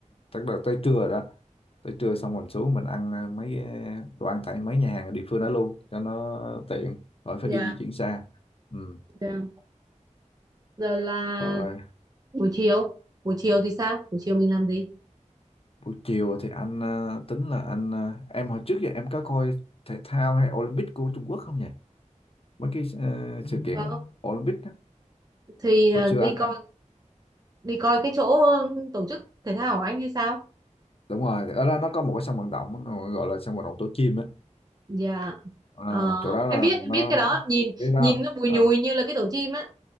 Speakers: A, on the left; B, on the right.
A: tức là tới trưa rồi đó tới trưa xong mình xuống mình ăn ờ, mấy cái- đồ ăn tại mấy nhà hàng ở địa phương đó luôn cho nó tiện khỏi phải
B: dạ
A: đi di chuyển xa ừ.
B: dạ rồi là
A: rồi
B: buổi chiều buổi chiều thì sao buổi chiều mình làm gì
A: Buổi chiều thì anh ờ, tính là anh ờ, em hồi trước giờ em có coi thể thao hay Olympic của Trung Quốc không nhỉ? Mấy cái ờ, sự kiện
B: có
A: À, Olympic đó.
B: thì ờ,
A: Hồi xưa
B: đi
A: anh
B: coi
A: anh
B: đi coi cái chỗ ờ, tổ chức thể thao của anh hay sao
A: đúng rồi, ở đó nó có một cái sân vận động nó gọi là sân vận động tổ chim á.
B: dạ
A: Ờ,
B: Ờ,
A: chỗ đó là
B: em biết em
A: nó
B: biết cái
A: nó
B: đó nhìn
A: biết đó
B: nhìn
A: không?
B: nó bùi
A: Ờ,
B: nhùi như là cái tổ chim á